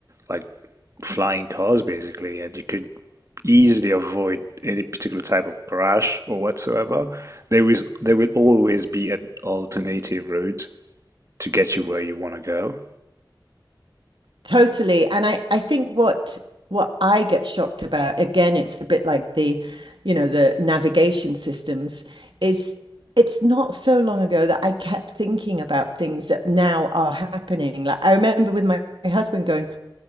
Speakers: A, on the right; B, on the right.
A: like flying cars basically, and you could easily avoid any particular type of crash or whatsoever. There is there will always be an alternative route to get you where you want to go.
B: Totally. And I, I think what what I get shocked about, again, it's a bit like the, you know, the navigation systems, is it's not so long ago that I kept thinking about things that now are happening. Like I remember with my, my husband going,